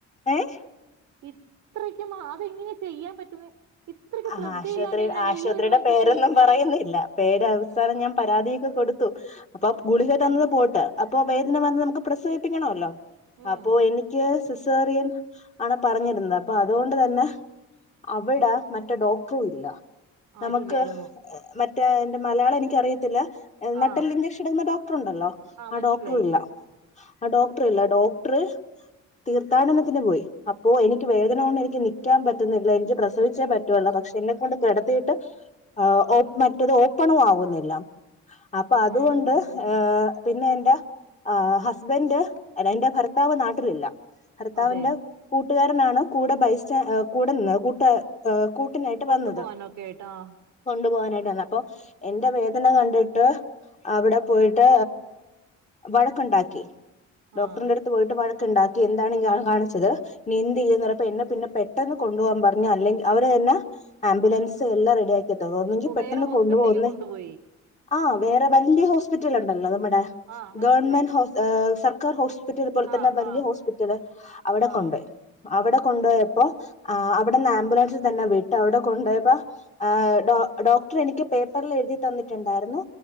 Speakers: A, on the left; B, on the right.
A: ഏഹ്
B: ഇത്രക്കും അതെങ്ങനെ ചെയ്യാം പറ്റുന്നെ. ഇത്രയ്ക്ക്
A: ആ
B: ശ്രദ്ധയില്ലാണ്ട്
A: ആശുപത്രി
B: എങ്ങനെയാണ്
A: ആശുപത്രിയുടെ
B: ഈ ഒരു
A: പേരൊന്നും
B: ഇത് ചെയ്യുന്നേ
A: പറയുന്നില്ല. പേര് അവസാനം ഞാൻ പരാതിയൊക്കെ കൊടുത്തു. അപ്പൊ ഗുളിക, തന്നത് പോട്ട് അപ്പൊ വേദന വന്ന് നമുക്ക് പ്രസവിപ്പിക്കണോല്ലോ.
B: ഉം
A: അപ്പൊ എനിക്ക് സിസ് സിസേറിയൻ ആണ് പറഞ്ഞിരുന്നത് അപ്പൊ അതുകൊണ്ട് തന്നെ അവിട മറ്റേ ഡോക്ടറും ഇല്ല നമുക്ക്
B: ആരുല്ലായിരുന്നു
A: മറ്റേ എന്റെ മലയാളം എനിക്കറിയത്തില്ല. നട്ടെല്ലി
B: ആഹ്
A: ഇഞ്ചഷഎടുക്കുന്ന ഡോക്ടറുണ്ടല്ലോ
B: ആഹ്
A: ആ
B: മനസ്സിലായി
A: ഡോക്ടറു ഇല്ല. ആ ഡോക്ടറ് ഇല്ല. ഡോക്ടർ തീർത്ഥാടനത്തിന് പോയി. അപ്പോ എനിക്ക് വേദന കൊണ്ട് എനിക്ക് നിക്കാൻ പറ്റുന്നില്ല. എനിക്ക് പ്രസവിച്ചേ പ റ്റുവൊള്ള്
B: ഓഹ്
A: പക്ഷെ എന്നെക്കൊണ്ട് കെടത്തിയിട്ട് ഓ മറ്റത് ഓപ്പണും ആവുന്നില്ല. അപ്പ അതുകൊണ്ട്
B: ഉം ഉം
A: ഏ പിന്ന എന്റെ ആ ഹസ്ബന്റ്, എന്റെ ഭർത്താവ് നാട്ടിലില്ല. ഭർത്താവിന്റെ
B: അതെ
A: കൂട്ടുകാരനാണ് കൂടെ ബൈസ്റ്റ കൂട നിന്ന് കൂട്ട കൂട്ടിനായിട്ട്
B: കൊണ്ടുപോവാനൊക്കെ
A: വന്നത്.
B: ആയിട്ട് ആഹ്
A: കൊണ്ടു പോകാനായിട്ടാവന്നേ അപ്പൊ എന്റെ വേദന കണ്ടിട്ട്. അവിടെ പോയിട്ട് വഴക്കൊണ്ടാക്കി. ഡോക്ടറിന്റെടു
B: ആഹ്
A: ത്ത് പോയിട്ട് വഴക്ക്‌ണ്ടാക്കി എന്താണ് ഇയ്യാള് കാണിച്ചത്. ന്നി എന്തേയ്യ്ന്നറപ്പോ എന്നേ പിന്നെ പെട്ടെന്ന് കൊണ്ടോവാം പറഞ്ഞ് അല്ലെങ്കി അവര് തന്ന ആംബുലൻസ് എല്ലാം റെഡി യാക്കി തന്ന് ഒന്നെങ്കി
B: ഓഹ്
A: പെട്ടെന്ന്
B: വേറെ ഹോസ്പിറ്റലിലേക്ക്
A: കൊണ്ടു പോന്നെ
B: കൊണ്ടുപോയി
A: ആ വേറെ വല്യ ഹോസ്പിറ്റൽ ഉണ്ടല്ലോ നമ്മുടെ
B: ആഹ് മനസ്സിലായി
A: ഗവൺമെന്റ് ഹോ, സർക്കാർ ഹോസ് റ്റൽ പോലെ തന്നെവലിയ
B: ആഹ് ആഹ്
A: ഹോസ്പിറ്റല് അവിടെ
B: ആഹ്
A: കൊണ്ടോയി. അവിടെ കൊണ്ടോയപ്പോ അവിടെന്ന് ആംബുലൻസി തന്നെ വിട്ട് അവിടെ കൊണ്ടുപോയപ്പ ആ ഡോ, ഡോക്ടർ എനിക്ക് പേപ്പറിൽ എഴുതി തന്നിട്ടുണ്ടായിരുന്നു.